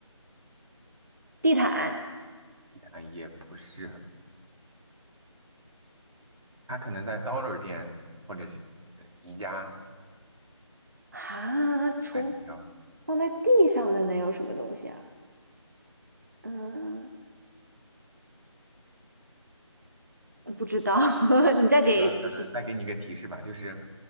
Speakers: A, on the right; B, on the right.
A: 地毯
B: 啊，也不是，他可能在 Dollar 店或者是呃宜家
A: 啊，除
B: 卖的比较。
A: 放在地上的能有什么东西啊？嗯，不知道，<laughs> 你再给提示
B: 要呃，再给你一个提示吧，就是，